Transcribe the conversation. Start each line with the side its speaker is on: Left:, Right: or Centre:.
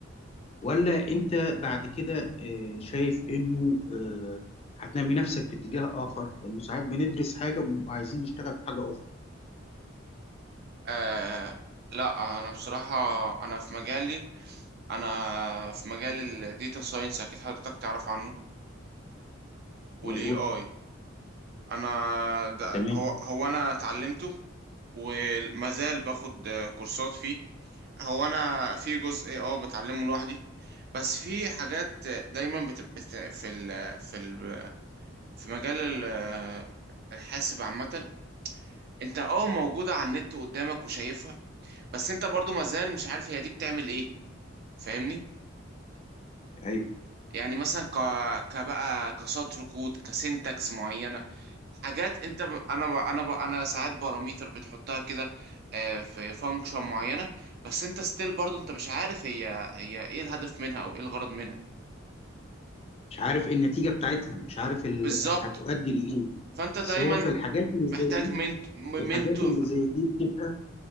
Left: ولا انت بعد كده آه، شايف انه آه، هتنمي نفسك في اتجاه اخر لانه ساعات بندرس حاجه وبنبقى عايزين نشتغل في حاجه اخرى
Right: آه لا انا بصراحه انا في مجالي انا في مجال الديتا ساينس اكيد حضرتك تعرف عنه والاي
Left: مظبوط
Right: اي انا ده
Left: تمام
Right: هو هو انا اتعلمته ومازال باخد كورسات فيه هو انا في جزء اه بتعلمه لوحدي بس في حاجات دايما بت... بت... في ال... في ال... في مجال ال- الحاسب عامة انت اه موجودة على النت قدامك وشايفها بس انت برضو مازال مش عارف هي دي بتعمل ايه فاهمني
Left: ايوه
Right: يعني مثلا ك... كبقى كسطر كود كسنتكس معينة حاجات انت ب... انا ب... انا ب... انا ساعات باراميتر بتحطها كده آه، في فانكشن معينه بس انت ستيل برضو انت مش عارف هي هي ايه الهدف منها او ايه الغرض منها
Left: مش عارف إيه النتيجه بتاعتها مش عارف ال-
Right: بالظبط
Left: هتؤدي لايه
Right: فانت دايما
Left: سواء في الحاجات اللي زي
Right: محتاج
Left: دي
Right: منت... م-
Left: في الحاجات
Right: منتور
Left: اللي زي دي بتبقى